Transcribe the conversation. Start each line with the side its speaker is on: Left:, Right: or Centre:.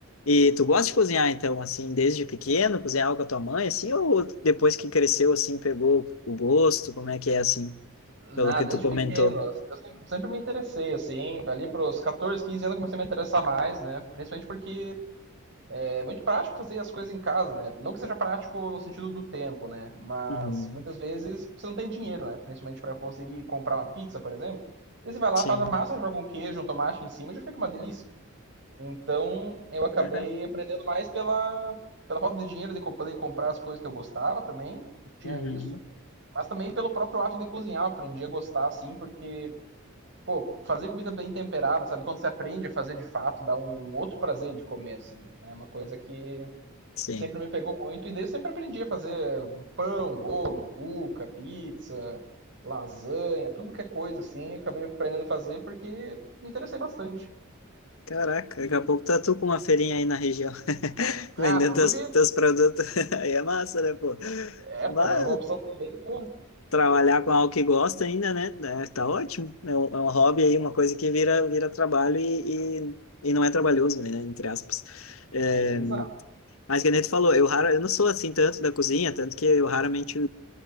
Left: E tu gosta de cozinhar, então, assim, desde pequeno, cozinhava com a tua mãe, assim, ou depois que cresceu, assim, pegou o gosto? Como é que é, assim,
Right: Nada,
Left: pelo que tu
Right: desde
Left: comentou?
Right: pequeno. Eu sempre me interessei, assim. Ali pros 14, 15 anos eu comecei a me interessar mais, né? Principalmente porque é muito prático fazer as coisas em casa, né? Não que seja prático no sentido do tempo, né? Mas
Left: Uhum.
Right: muitas vezes você não tem dinheiro, né? Principalmente para conseguir comprar uma pizza, por exemplo. Daí você vai lá,
Left: Sim.
Right: faz a massa, joga um queijo, um tomate em cima e já fica uma delícia. Então eu acabei
Left: Caraca.
Right: aprendendo mais pela, pela falta de dinheiro de co- poder comprar as coisas que eu gostava também, que tinha
Left: Uhum.
Right: isso. Mas também pelo próprio ato de cozinhar, eu aprendi a gostar assim, porque, pô, fazer comida bem temperada, sabe? Quando você aprende a fazer de fato, dá um outro prazer de comer, assim. É uma coisa que
Left: Sim.
Right: sempre me pegou muito, e daí eu sempre aprendi a fazer pão, bolo, cuca, pizza, lasanha, tudo que é coisa assim, eu acabei aprendendo a fazer porque me interessei bastante.
Left: Caraca,
Right: E,
Left: daqui a pouco tá tu com uma feirinha aí na região, <laughs>
Right: ah,
Left: vendendo
Right: não
Left: teus,
Right: duvido.
Left: teus produtos. <laughs> Aí é massa, né, pô?
Right: É
Left: Vai
Right: uma, é uma opção bem boa.
Left: trabalhar com algo que gosta ainda, né? É, Tá ótimo. É um, é um hobby aí, uma coisa que vira, vira trabalho e, e, e não é trabalhoso, né? Entre aspas. É,
Right: E- exato.
Left: Mas que nem tu falou, eu, rara, eu não sou assim tanto da cozinha, tanto que eu raramente.